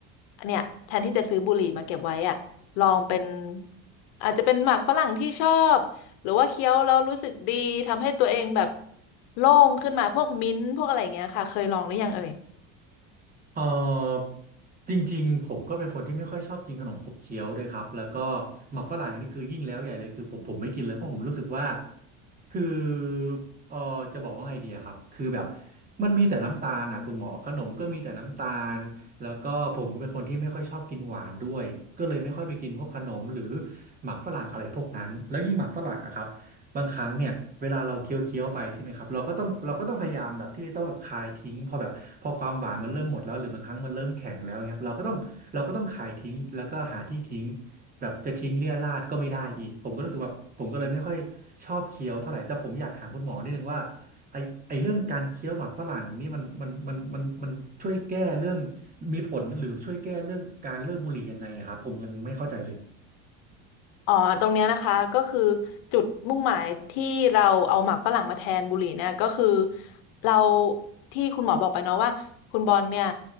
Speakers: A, on the left; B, on the right.
A: เนี่ยแทนที่จะซื้อบุหรี่มาเก็บไว้อะลองเป็นอาจจะเป็นหมากฝรั่งที่ชอบ หรือว่าเคี้ยวแล้วรู้สึกดีทำให้ตัวเองแบบโล่งขึ้นมาพวกมิ้นท์พวกอะไรอย่างเงี้ยค่ะเคยลองหรือยังเอ่ย
B: เออจริงๆผมก็เป็นคนที่ไม่ค่อยชอบกินขนมขบเคี้ยวด้วยครับแล้วก็หมักฝรั่งนี่คือยิ่งแล้วใหญ่เลยคือผมผมไม่กินเลยเพราะผมรู้สึกว่าคือเออจะบอกว่าไงดีอะครับคือแบบมันมีแต่น้ำตาลนะคุณหมอขนมก็มีแต่น้ำตาลแล้วก็ผมก็เป็นคนที่ไม่ค่อยชอบกินหวานด้วยก็เลยไม่ค่อยไปกินพวกขนมหรือหมักฝรั่งอะไรพวกนั้นแล้วยิ่งหมักฝรั่งนะครับ บางครั้งเนี่ยเวลาเราเคี้ยวเคี้ยวไปใช่ไหมครับเราก็ต้องเราก็ต้องพยายามแบบที่ต้องแบบคายทิ้งพอแบบพอความหวานมันเริ่มหมดแล้วหรือบางครั้งมันเริ่มแข็งแล้วเงี้ยครับเราก็ต้องเราก็ต้องคายทิ้งแล้วก็หาที่ทิ้งแบบจะทิ้งเรี่ยราดก็ไม่ได้อีกผมก็รู้สึกว่าผมก็เลยไม่ค่อยชอบเคี้ยวเท่าไหร่แต่ผมอยากถามคุณหมอนิดนึงว่าไอไอเรื่องการเคี้ยวหมากฝรั่งนี่มันมันมันมันมันช่วยแก้เรื่องมีผลหรือช่วยแก้เรื่องการเลิกบุหรี่ยังไงอะครับผมยังไม่เข้าใจเลย
A: อ๋อตรงเนี้ยนะคะก็คือจุดมุ่งหมายที่เราเอาหมากฝรั่งมาแทนบุหรี่เนี่ยก็คือเราที่คุณหมอบอกไปเนาะว่าคุณบอลเนี่ย